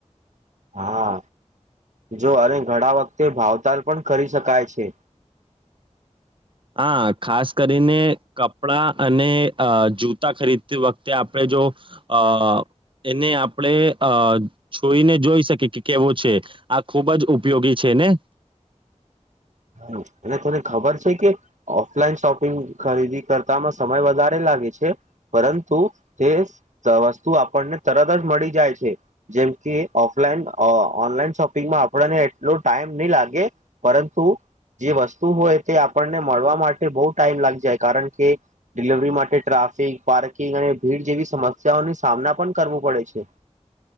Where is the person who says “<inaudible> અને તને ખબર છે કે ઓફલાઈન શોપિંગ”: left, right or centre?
Right